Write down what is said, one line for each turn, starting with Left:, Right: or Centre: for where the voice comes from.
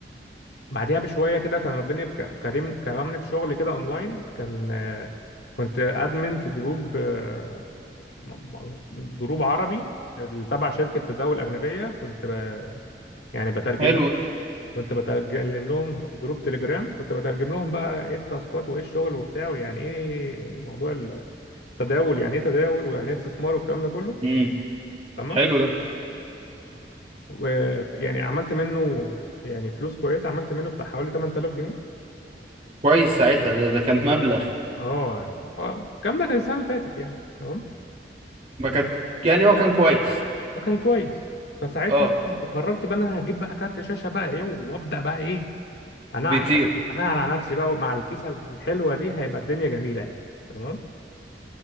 Left: بعديها بشويه كده كان ربنا بك... كريم كرمني بشغل كده اونلاين كان آه، كنت ادمن في جروب آه، م- م- جروب عربي تبع شركه تداول اجنبيه كنت ب... يعني بترجم
Right: حلو ده
Left: كنت بترجم لهم جروب تليجرام كنت بترجم لهم بقى ايه التاسكات وايه الشغل وبتاع ويعني ايه موضوع التداول يعني ايه تداول ويعني ايه استثمار والكلام ده كله
Right: امم
Left: تمام
Right: حلو ده
Left: ويعني عملت منه يعني فلوس كويسه عملت منه بتاع حوالي 8000 جنيه
Right: كويس ساعتها ده, ده كان مبلغ
Left: اه هو الكلام ده كان السنه اللي فاتت يعني تمام
Right: ما كان يعني هو كان كويس
Left: فكان كويس فساعتها
Right: اه
Left: بقى كنت قررت بقى ان انا هجيب بقى كارت شاشه بقى ايه وابدا بقى ايه انا
Right: بيطير
Left: انا على نفسي بقى مع الكيسه الحلوه دي هيبقى الدنيا جميله يعني تمام